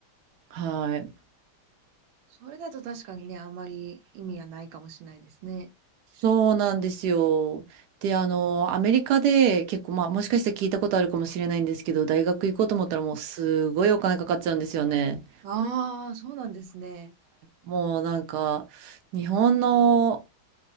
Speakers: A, on the right (about 70°); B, on the right (about 80°).
A: はい、
B: それだと確かにね、あんまり意味がないかもしれないですね。
A: そうなんですよ。で、あの、アメリカで結構、まあ、もしかしたら聞いたことあるかもしれないんですけど、大学行こうと思ったらもうすごいお金かかっちゃうんですよね。
B: うん。ああ、そうなんですね。
A: もうなんか、日本の